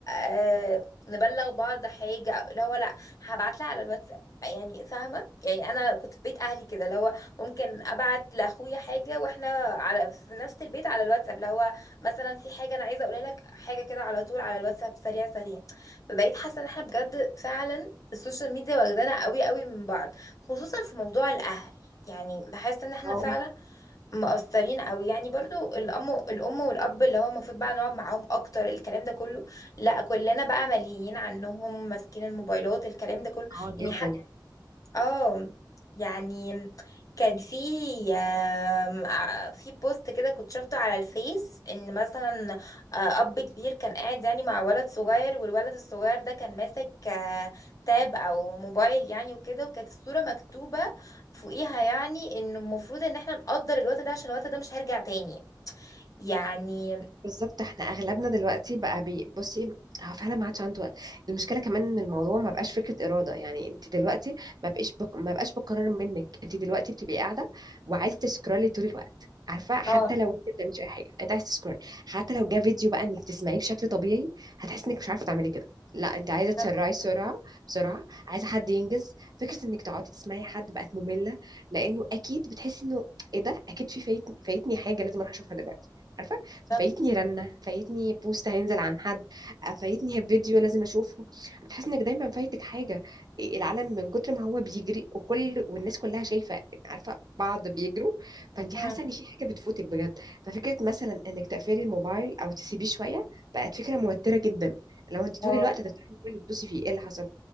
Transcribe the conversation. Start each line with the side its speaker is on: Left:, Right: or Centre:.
Left: آه نبلغ بعض حاجة أو اللي هو لا هبعت لها على الواتساب يعني فاهمة يعني انا كنت في بيت اهلي كده اللي هو ممكن ابعت لاخويا حاجة واحنا على في نفس البيت على الواتساب اللي هو مثلا في حاجة انا عايزة اقولها لك حاجة كده على طول على الواتساب سريع سريع فبقيت حاسة ان احنا بجد فعلا السوشيال ميديا واخدانا قوي قوي من بعض خصوصا في موضوع الاهل يعني بحس ان احنا
Right: اه
Left: فعلا مقصرين قوي يعني برضو الام الام والاب اللي هو المفروض بقى نقعد معاهم اكتر الكلام ده كله لا كلنا بقى ملهيين عنهم ماسكين الموبايلات الكلام ده كله
Right: اه
Left: يعني
Right: جدا
Left: اه حق اه يعني كان في آم، ع- في بوست كده كنت شفته على الفيس ان مثلا آه، اب كبير كان قاعد يعني مع ولد صغير والولد الصغير ده كان ماسك آه، تاب او موبايل يعني وكده وكانت الصورة مكتوبة فوقيها يعني انه المفروض ان احنا نقدر الوقت ده عشان الوقت ده مش هيرجع تاني يعني
Right: بالظبط احنا اغلبنا دلوقتي بقى بي بصي هو فعلا ما عادش عنده وقت المشكله كمان ان الموضوع ما بقاش فكره اراده يعني انت دلوقتي ما بقاش بق... ما بقاش بقرار منك انت دلوقتي بتبقي قاعده وعايزه تسكرولي طول الوقت عارفه حتى
Left: اه
Right: لو انت ما بتعمليش اي حاجه انت عايزه تسكرولي حتى لو جه فيديو بقى انك تسمعيه بشكل طبيعي هتحسي انك مش عارفه تعملي كده لا انت عايزه تسرعي
Left: ده-
Right: سرعه بسرعه عايزه حد ينجز فكره انك تقعدي تسمعي حد بقت ممله لانه اكيد بتحسي انه ايه ده اكيد في فايت... فايتني حاجه لازم اروح اشوفها دلوقتي عارفه؟
Left: ده-
Right: فايتني رنة فايتني بوست هينزل عن حد آه، فايتني فيديو لازم اشوفه بتحس انك دايما فايتك حاجة العالم من كتر ما هو بيجري وكل والناس كلها شايفة عارفة بعض بيجروا فانت
Left: مم.
Right: حاسة ان في حاجة بتفوتك بجد ففكرة مثلا انك تقفلي الموبايل او تسيبيه شوية بقت فكرة موترة جدا لو انت
Left: اه
Right: طول الوقت هتفتحي الموبايل تبصي فيه ايه اللي حصل